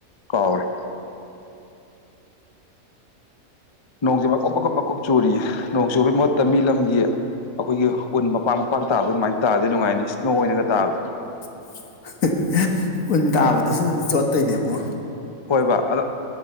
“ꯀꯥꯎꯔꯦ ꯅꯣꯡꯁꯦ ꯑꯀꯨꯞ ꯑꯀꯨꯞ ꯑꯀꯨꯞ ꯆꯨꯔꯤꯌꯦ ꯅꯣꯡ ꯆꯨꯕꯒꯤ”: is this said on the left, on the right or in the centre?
Left